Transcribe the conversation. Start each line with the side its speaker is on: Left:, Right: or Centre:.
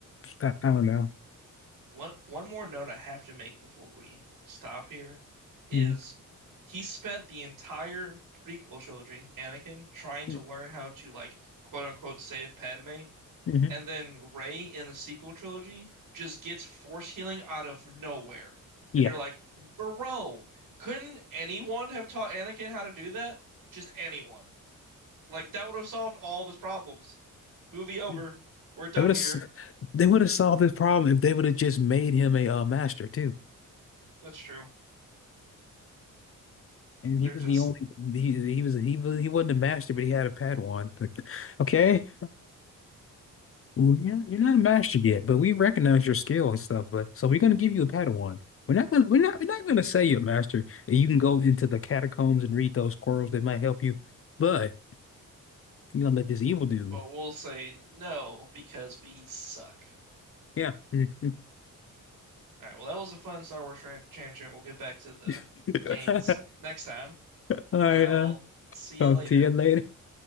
Left: I, I don't know.
Right: One one more note I have to make before we stop here is
Left: Mm,
Right: he spent the entire prequel trilogy, Anakin, trying to
Left: mm,
Right: learn how to like quote unquote save Padme
Left: mhm.
Right: and then Rey in the sequel trilogy just gets force healing out of nowhere.
Left: Yeah,
Right: And you're like, bro, couldn't anyone have taught Anakin how to do that? Just anyone. Like that would have solved all of his problems. Movie over.
Left: they
Right: We're done
Left: would
Right: here.
Left: have they would have solved this problem if they would have just made him a uh, master too.
Right: That's true.
Left: And
Right: They're
Left: he was
Right: just,
Left: the only he, he was he was he wasn't a master, but he had a Padawan. Like, okay. Well, you're not, you're not a master yet, but we recognize your skill and stuff. But so we're gonna give you a Padawan. We're not gonna we're not we're not gonna say you're a master and you can go into the catacombs and read those scrolls that might help you. But you're gonna let this evil dude.
Right: but we'll say no because we suck.
Left: Yeah. <laughs>
Right: All right. Well, that was a fun Star Wars tangent. We'll get back to the
Left: All
Right: games next time,
Left: right.
Right: and I will
Left: Uh,
Right: see you
Left: talk
Right: later.
Left: to you later.